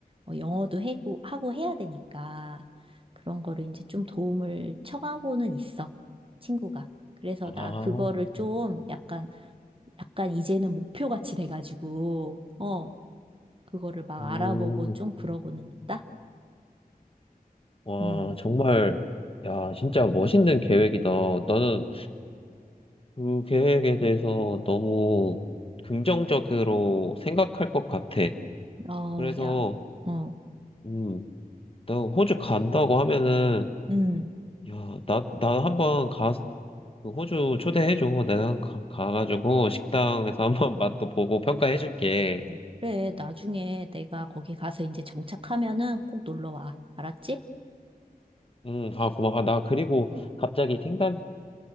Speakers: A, on the right; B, on the left.
A: 어, 영어도 해고, 하고 해야 되니까, 그런 거를 이제 좀 도움을 청하고는 있어, 친구가. 그래서
B: 아,
A: 나 그거를 좀
B: 뭐,
A: 약간, 약간 이제는 목표같이 돼가지고, 어, 그거를 막
B: 음,
A: 알아보고 좀 그러고는 있다?
B: 와,
A: 음,
B: 정말, 야, 진짜 멋있는 계획이다. 나는 그 계획에 대해서 너무 긍정적으로 생각할 것 같아.
A: 어,
B: 그래서,
A: 야, 어,
B: 음, 나 호주 간다고 하면은,
A: 음.
B: 야, 나, 나 한번 가, 그 호주 초대해줘. 내가 가, 가가지고 식당에서 <laughs> 한번 맛도 보고 평가해줄게.
A: 어, 그래, 나중에 내가 거기 가서 이제 정착하면은 꼭 놀러 와. 알았지?
B: 음, 아, 고마워. 아, 나 그리고 갑자기 생각난